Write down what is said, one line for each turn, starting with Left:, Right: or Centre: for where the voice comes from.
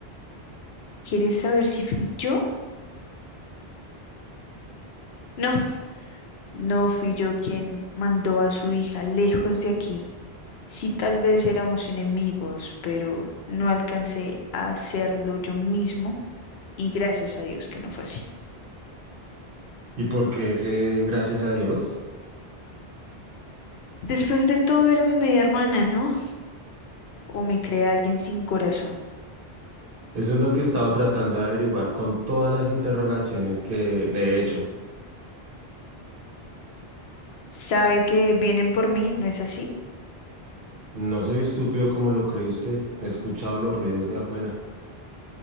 Left: ¿Quieres saber si fui yo? No, no fui yo quien mandó a su hija lejos de aquí. Sí, tal vez éramos enemigos, pero no alcancé a hacerlo yo mismo y gracias a Dios que no fue así.
Right: ¿Y por qué ese gracias a Dios?
Left: Después de todo era mi media hermana, ¿no? ¿O me cree alguien sin corazón?
Right: Eso es lo que he estado tratando de averiguar con todas las interrogaciones que le he hecho.
Left: ¿Sabe que vienen por mí, no es así?
Right: No soy estúpido como lo cree usted. He escuchado los ruidos de afuera.